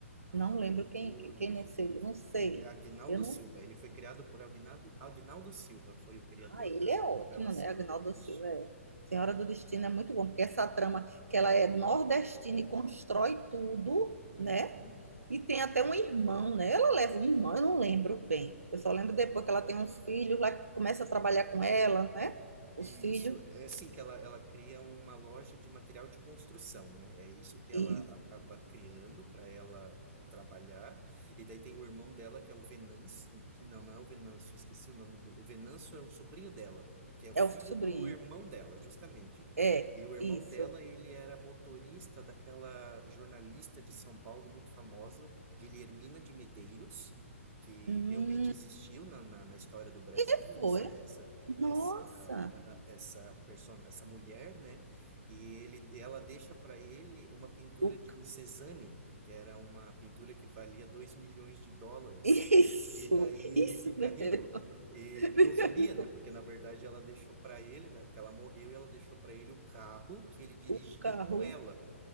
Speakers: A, on the right; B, on the right.
A: Ah,
B: Não
A: o
B: lembro
A: autor,
B: quem, quem quem
A: deixa
B: não sei,
A: eu ver aqui,
B: não
A: que-
B: sei.
A: é Agnaldo
B: Eu não.
A: Silva. Ele foi criado por Agnaldo, Agnaldo Silva, foi o criador
B: Ah, ele
A: da,
B: é
A: da
B: ótimo,
A: novela Senhora
B: né? Agnaldo
A: do Destino.
B: Silva é. Senhora do Destino é muito bom, porque essa trama que ela é nordestina e constrói tudo,
A: Uhum.
B: né? E tem até um irmão, né? Ela leva um irmão, eu não lembro bem. Eu só lembro depois que ela tem uns filhos lá que começa a trabalhar com ela, né? Os
A: Isso,
B: filhos
A: é assim que ela, ela cria uma loja de material de construção, né? É isso que
B: e
A: ela acaba criando para ela trabalhar. E daí tem o irmão dela, que é o Venâncio, que não, não é o Venâncio, esqueci o nome do. o Venâncio é o sobrinho dela, que é o
B: é
A: filho
B: o sobrinho.
A: do irmão dela, justamente.
B: É,
A: E o irmão
B: isso.
A: dela, ele era motorista daquela jornalista de São Paulo muito famosa, Guilhermina de Medeiros. Que
B: Hum,
A: realmente existiu na, na, na história do Brasil,
B: E foi,
A: essa, essa,
B: nossa,
A: essa ah, essa persona, essa mulher, né? E ele, ela deixa para ele uma pintura
B: o
A: de
B: ca-
A: um Cézanne, que era uma pintura que valia dois milhões de dólares.
B: <laughs> isso,
A: E daí ele
B: isso
A: fica
B: mesmo.
A: rico
B: <laughs>
A: e ele não sabia,
B: Aí,
A: né?
B: co-
A: Porque na verdade ela deixou para ele, né? Porque ela morreu e ela deixou para ele o carro que ele dirigia
B: O carro
A: com ela.